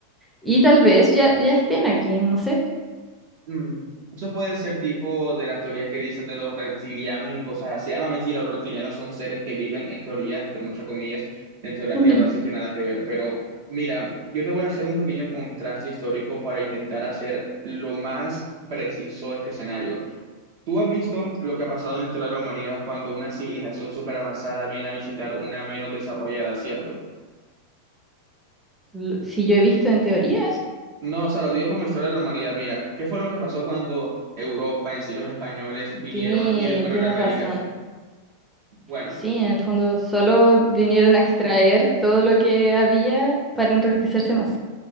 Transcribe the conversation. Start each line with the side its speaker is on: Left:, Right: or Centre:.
Centre: Y tal vez ya, ya estén aquí, no sé.
Right: Mm, Eso puede ser tipo de las teorías que dicen de los reptilianos y cosas así. Ah, no, mentira, los reptilianos son seres que viven en teoría, entre muchas comillas, dentro de la
Centre: <laughs>
Right: Tierra, así que nada que ver. Pero mira, yo te voy a hacer un pequeño contraste histórico para intentar hacer lo más preciso este escenario. Tú has visto lo que ha pasado en la historia de la humanidad cuando una civilización súper avanzada viene a visitar una menos desarrollada, ¿cierto?
Centre: L- Si yo he visto en teoría,
Right: No, o sea, lo digo como historia de la humanidad. Mira, ¿qué fue lo que pasó cuando Europa, en sí los españoles, vinieron
Centre: sí,
Right: y descubrieron
Centre: tienes
Right: América?
Centre: razón.
Right: Bueno,
Centre: Sí, en el fondo solo vinieron a extraer todo lo que había para enriquecerse más.